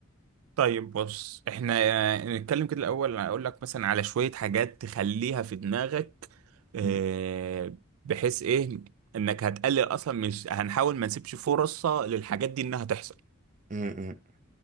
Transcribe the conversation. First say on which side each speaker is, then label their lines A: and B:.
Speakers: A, on the right; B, on the right.
A: طيب بص احنا نتكلم كده الاول اقول لك مثلا على شوية حاجات تخليها في دماغك آه،
B: م-
A: بحيث ايه انك هتقلل اصلا مش هنحاول ما نسيبش فرصة للحاجات دي انها تحصل
B: م- م-